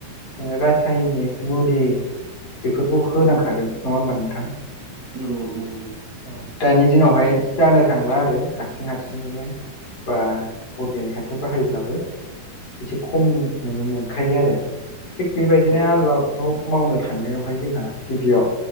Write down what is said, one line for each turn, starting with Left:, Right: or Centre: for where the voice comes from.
Left: नोङो रासायनिक मुलि बेफोरखौ होनांखागोन नङा होमबा नोंथां?
Right: नंगौ नोंथां नंगौ।
Left: औ दानि दिनावहाय जानो थांला आरो हारसिं हारसिङैनो बा अरगेनिक हासार बाहायब्लाबो एसे खम नुनो मोनखायो आरो थिग बेबायदिनो
Right: औ
Left: आलु आ खौ मावनो थांनायावहाय जोंहा गिबियाव